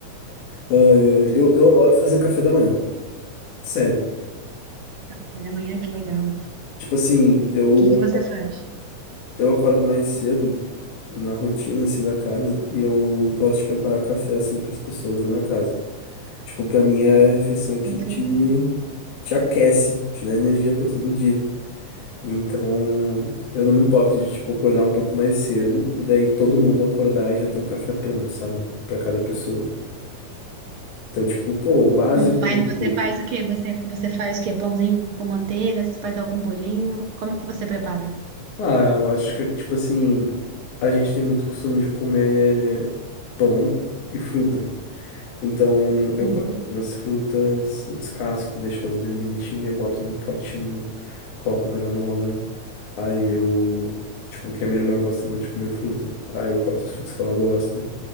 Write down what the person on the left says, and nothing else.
Ai, ai. Eu, eu adoro fazer café da manhã. Sério.
Tipo assim, eu.
eu acordo mais cedo na rotina, assim, da casa, e eu gosto de preparar café, assim, para as pessoas da minha casa. Tipo, pra mim é a refeição que
te,
te aquece, te dá energia pra todo dia. Então, eu não me importo de, tipo, acordar um pouco mais cedo e daí todo mundo acordar e já ter um café pronto, sabe? Pra cada pessoa. Então, tipo, pô, o básico
bem
feito.
Ah, eu acho que, tipo assim, a gente tem muito costume de comer pão e fruta. Então eu
corto umas frutas, descasco, deixo elas bem bonitinhas, boto num potinho, coloco granola. Aí eu. Tipo, que a minha irmã gosta muito de comer fruta. Aí eu corto as frutas que ela gosta.